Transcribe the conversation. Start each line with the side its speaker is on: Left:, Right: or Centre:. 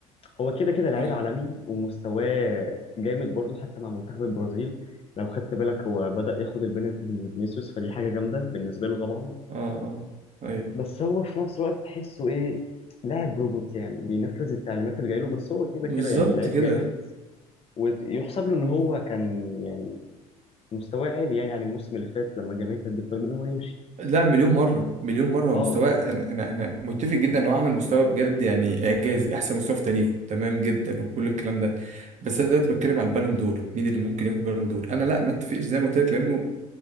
Left: هو كده كده لعيب
Right: صح
Left: عالمي ومستواه جامد برضه حتى مع منتخب البرازيل لو خدت بالك هو بدأ ياخد البنالتي من فينيسيوس فدي حاجة جامدة بالنسبة له طبعا
Right: اه اه ايوه
Left: بس هو في نفس الوقت تحسه ايه لاعب روبوت يعني بينفذ التعليمات اللي جايله بس هو كده
Right: بالظبط
Left: كده يعني لعيب
Right: كده
Left: جامد ويحسب له ان
Right: مم.
Left: هو كان يعني مستواه عالي يعني عن الموسم اللي فات لما الجماهير كانت بتطلب ان هو يمشي
Right: لا مليون مرة مليون مرة هو
Left: اه
Right: مستواه أنا أنا أنا متفق جدا إن هو عامل مستوى بجد يعني إعجازي أحسن مستوى في تاريخه تمام جدا وكل الكلام ده بس أنا دلوقتي بتكلم على البالون دور مين اللي ممكن ياخد بالون دور أنا لا ما أتفقش زي ما قلت لك لأنه